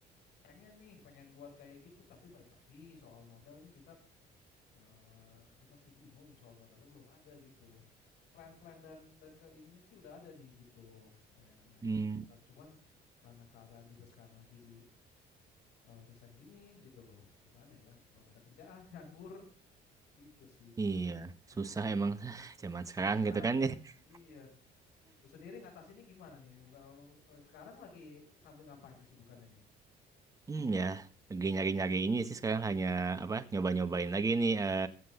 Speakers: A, on the left; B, on the right.
A: pengen nih, pengen buat kayak gitu tapi balik lagi soal modal nih kita eh gue masih bingung soal modalnya belum ada gitu. Plan-plan dan dan ke ininya sih udah ada nih gitu yang yang
B: Mm.
A: diusahakan. Cuman karena keadaan juga sekarang lagi di eh, resign gini gitu loh. Gimana ya? Belum ada kerjaan, <laughs> nganggur itu sih.
B: Iya,
A: Mm-mm.
B: susah emang <sighs> zaman sekarang
A: Zaman sekarang
B: gitu kan.
A: ya.
B: <laughs>
A: Iya. Lu sendiri ngatasinnya gimana nih? Bukan, sekarang lagi sambil ngapain kesibukannya nih?
B: Hmm, ya lagi nyari-nyari ini sih sekarang hanya apa nyoba-nyobain lagi nih eh,